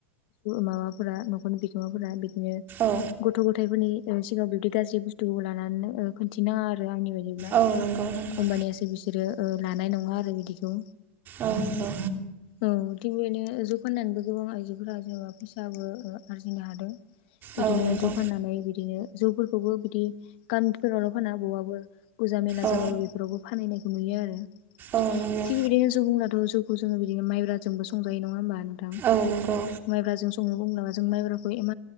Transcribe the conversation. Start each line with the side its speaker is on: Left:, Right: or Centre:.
Left: माबाफोरा न'खरनि बिगोमाफोरा बिदिनो
Right: औ
Left: गथ' गथायाइफोरनि सिगाङाव बिबदि गाज्रि बुस्थुखौ लानानै खिन्थिनााङा आरो आंनि बायदि। ब्ला
Right: औ नंगौ नंगौ
Left: होमबानियासो बिसोरो लानाय नङा आरो बिदिखौ।
Right: औ नंगौ
Left: औ बेनो जौ फाननानैबो गोबां आइजोफोरा जेनेबा फैसाबो आरजिनो हादों। बिदिनो
Right: औ नंगौ
Left: जौ फाननानै बिदिनो जौफोरखौबो बिदि गामिफोरावल' फाना बहाबबो फुजा मेला
Right: औ
Left: जाबाबो बेफोरावबो फाननायखौ नुयो आरो।
Right: औ नुयो
Left: थिग बे बिबायदिनो सुबुंनाथ' जौखौ जोङो बिदिनो माइब्राजोंबो संजायो नङा होमबा?
Right: औ नंगौ
Left: माइब्राजों संनो बुंब्ला जों माइब्राखौ इम